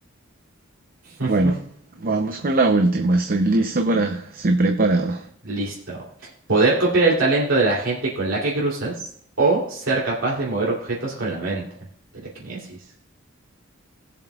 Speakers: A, on the right; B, on the right.
A: <laughs>
B: Bueno, vamos con la última. Estoy listo para... Estoy preparado.
A: Listo. Poder copiar el talento de la gente con la que cruzas o ser capaz de mover objetos con la mente. Telequinesis.